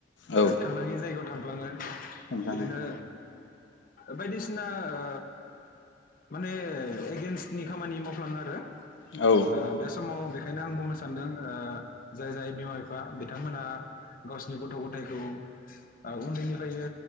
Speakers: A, on the left; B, on the left.
A: औ
B: ओ थांनांयि जायगायाव थांफ्लाङो
A: थांफ्लाङो
B: <unintelligible> बिदिनो बायदिसिना ओ माने एगेन्स्टनि खामानि मावफ्लाङो आरो
A: औ
B: ओ बे समाव बेखायनो आं बुंनो सानदों ओ जाय जाय बिमा बिफा बिथांमोना गावसिनि गथ' गथायाइखौ उन्दैनिफ्रायनो